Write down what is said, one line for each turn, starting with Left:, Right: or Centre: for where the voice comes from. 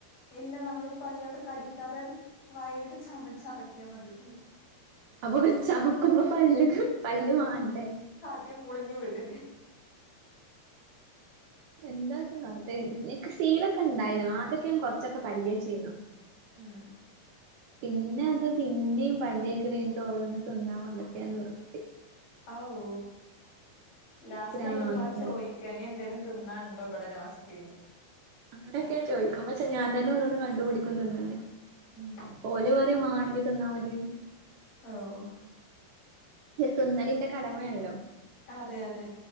Left: ഇല്ല നമ്മള് പല്ലോട് കടിക്കാതെ വായിലിട്ട് ചമച്ചറക്ക്യാ മതി അയ്
Right: അപ്പൊ ചമക്കുമ്പോ പല്ല്ക്ക് പല്ല് വാണ്ടേ
Left: ട്ടി മുണുങ്ങി വിട്
Right: എന്താ കാട്ടാ ഇ നിക്ക് സീലൊക്കെ ഇണ്ടായിനു അദ്യക്കെ ഞാൻ കുറച്ചൊക്കെ പല്ലേച്ചീന്നു
Left: ഉം
Right: പിന്നെ അത് പിന്നിം പല്ലേക്കല് കഴിഞ്ഞിട്ട് ഓരോന്ന് തിന്നാൻ വന്നിട്ട് ഞാൻ നിർത്തി
Left: അഅൂ ലാസ്റ്റ്
Right: പ്രാന്താണ്
Left: ആയിട്ട് ഉമ്മാട് ചോയ്- ക്കേനി എന്തേലും തിന്നാണ്ടോ ഇബടെ ലാസ്റ്റ്ന്ന്
Right: അങ്ങനെയൊക്കെ ചോയ്ക്കും പക്ഷെ ഞാൻ തന്നെ ഓരോന്ന് കണ്ടുപിടിക്കും തിന്നാന്
Left: ഉം
Right: ഓല് വ ത് വാണെങ്കി തിന്നാ മതിയെന്ന്
Left: അആൂ
Right: ഈ തിന്നലിന്റെ കടമേണല്ലോ
Left: അതെ അതെ